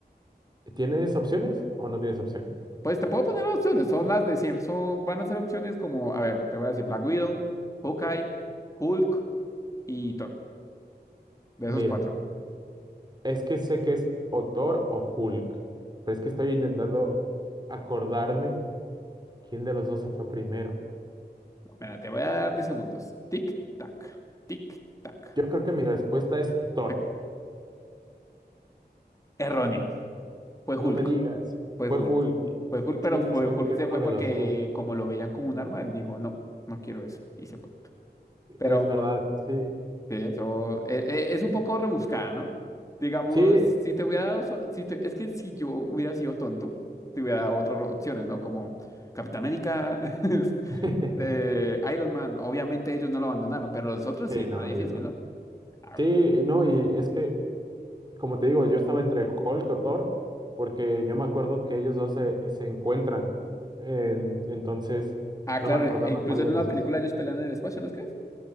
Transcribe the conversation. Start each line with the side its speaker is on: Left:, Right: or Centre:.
Right: ¿Tienes opciones o no tienes opciones?
Left: Pues te puedo poner opciones, son las de siempre. Son, van a ser opciones como, a ver, te voy a decir Black Widow, Hawkeye, Hulk y Thor. De
Right: Mira,
Left: esos cuatro.
Right: es que sé que es o Thor o Hulk, pero es que estoy intentando acordarme quién de los dos se fue primero.
Left: Mira, te voy a dar 10 segundos. Tic, tac, tic, tac,
Right: Yo creo que mi respuesta es
Left: tic,
Right: Thor.
Left: tac. Erróneo. Fue Hulk.
Right: No me digas,
Left: Fue
Right: fue
Left: Hulk.
Right: Hulk.
Left: Fue Hulk, pero
Right: Sí,
Left: fue
Right: sabía
Left: Hulk
Right: que
Left: se
Right: uno
Left: fue
Right: de
Left: porque
Right: los dos.
Left: como lo veían como un arma, él dijo, no, no quiero eso. Y se fue. Pero
Right: Es verdad, sí.
Left: sí, eso eh, eh, es un poco rebuscada, ¿no? Digamos,
Right: Sí,
Left: si te hubiera dado, sol- si te- es que si yo hubiera sido tonto, te hubiera dado otras opciones, ¿no? Como Capitán América, <laughs>
Right: <laughs>
Left: eh, Iron Man. Obviamente ellos no lo abandonaron, pero los otros
Right: sí,
Left: sí está
Right: no,
Left: difícil,
Right: ellos no.
Left: ¿no? A
Right: Sí,
Left: ver.
Right: no, y es que, como te digo, yo estaba entre Hulk o Thor, porque yo me acuerdo que ellos dos se, se encuentran. en- entonces,
Left: Ah,
Right: no
Left: claro,
Right: me acordaba
Left: e incluso
Right: cuál de
Left: en una
Right: los dos.
Left: película ellos pelean en el espacio, ¿no es que es?